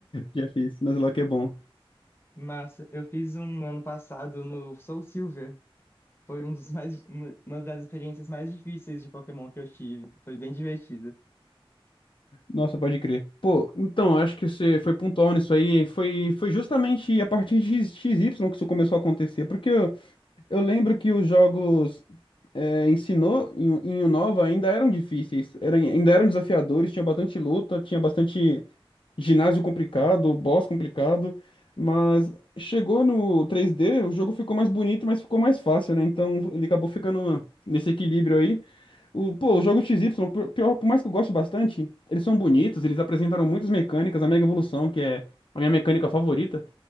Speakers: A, on the left; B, on the left.
A: Já fiz, mas logo é bom.
B: Massa, eu fiz um no ano passado no Soul Silver. Foi um dos mais uma uma das experiências mais difíceis de Pokémon que eu tive. Foi bem divertido.
A: Nossa, pode crer. Pô, então, acho que você foi pontual nisso aí. Foi, foi justamente a partir de x y que isso começou a acontecer. Porque eu, eu lembro que os jogos é, ensinou em, em Unova ainda eram difíceis, eram, ainda eram desafiadores, tinha bastante luta, tinha bastante. ginásio complicado, boss complicado, mas chegou no 3D, o jogo ficou mais bonito, mas ficou mais fácil, né? Então ele acabou ficando nesse equilíbrio aí. O, pô, o jogo XY, por, pior, por mais que eu goste bastante, eles são bonitos, eles apresentaram muitas mecânicas, a Mega Evolução, que é a minha mecânica favorita,